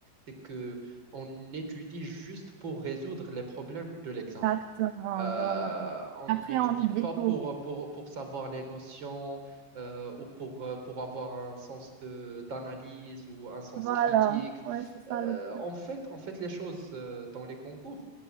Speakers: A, on the right; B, on the right.
A: c'est que on étudie juste pour résoudre les problèmes de l'examen.
B: Exactement,
A: Euh,
B: voilà.
A: on
B: Après,
A: n'étudie
B: on oublie
A: pas pour,
B: tout.
A: pour, pour savoir les notions euh, ou pour, euh, pour avoir un sens de, d'analyse ou un sens
B: Voilà,
A: critique.
B: ouais, c'est ça
A: Euh,
B: le truc.
A: on fait, on fait les choses euh, dans les concours